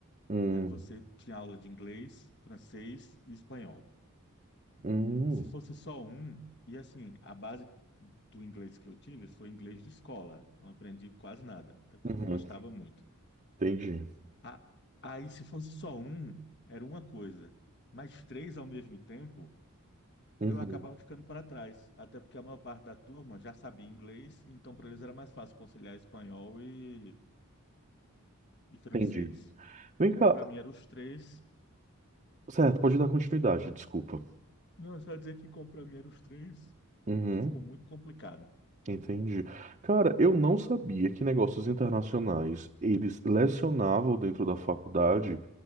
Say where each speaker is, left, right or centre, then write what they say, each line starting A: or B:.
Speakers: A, on the right; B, on the left.
A: Hum.
B: É, Você tinha aula de inglês, francês e espanhol.
A: Hum,
B: Se fosse só um, e assim, a base do inglês que eu tive foi inglês de escola. Não aprendi quase nada, até porque
A: uhum,
B: eu não gostava muito.
A: entendi.
B: A- Aí, se fosse só um, era uma coisa. Mas três ao mesmo tempo,
A: Uhum,
B: eu acabava ficando para trás. Até porque a maior parte da turma já sabia inglês, então para eles era mais fácil conciliar espanhol e, e francês.
A: entendi. Vem
B: Como
A: cá,
B: para mim eram os três.
A: certo, pode dar continuidade, desculpa.
B: Não, é só ia dizer que como para mim eram os três,
A: Uhum,
B: ficou muito complicado.
A: Entendi. Cara, eu não sabia que negócios internacionais eles lecionavam dentro da faculdade